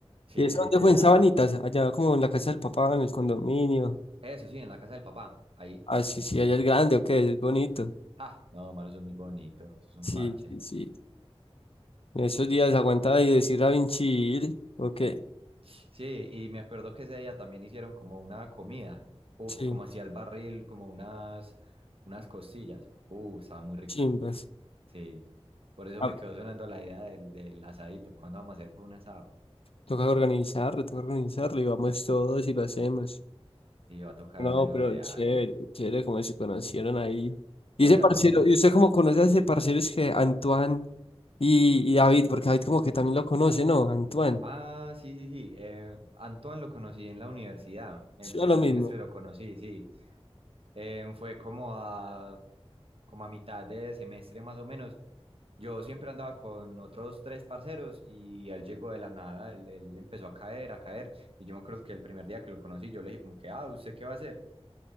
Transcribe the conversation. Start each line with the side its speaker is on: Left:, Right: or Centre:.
Right: Sí,
Left: ¿Y eso
Right: literal.
Left: dónde fue? En Sabanitas, allá como en la casa del papá, en el condominio.
Right: Eso sí, en la casa del papá, ahí.
Left: Ah, sí, sí, allá es grande, ok, es bonito.
Right: Ah, no, mano, eso es muy bonito, eso es un
Left: Sí,
Right: parche.
Left: sí, sí. En esos días aguantaba y decir a Vinci, ¿o qué?
Right: Sí, y me acuerdo que ese día también hicieron como una comida, uf,
Left: Sí,
Right: o como hacía el barril, como unas, unas costillas. Uh, estaban muy ricas.
Left: chimbas.
Right: Sí, por eso
Left: Ah,
Right: me quedó sonando la idea del, del asadito. ¿Cuándo vamos a hacer por un asado?
Left: Toca organizarlo, toca organizarlo y vamos todos y lo hacemos.
Right: Sí, va a tocar
Left: No,
Right: hacerlo
Left: pero
Right: real.
Left: chévere, chévere como se conocieron ahí. Y
Right: Oiga,
Left: ese parcero,
Right: Tommy.
Left: ¿y usted cómo conoce a ese parcero? Es que Antoine y, y David, porque David como que también lo conoce, ¿no? Antoine,
Right: Ah, sí, sí, sí. eh, Antoine lo conocí en la universidad. En
Left: sí,
Right: primer
Left: lo mismo.
Right: semestre lo conocí, sí. Em, fue como a, como a mitad de semestre más o menos. Yo siempre andaba con otros tres parceros y él llegó de la nada, él, él empezó a caer, a caer. Y yo me acuerdo que el primer día que lo conocí, yo le dije como que, ah, ¿usted qué va a hacer?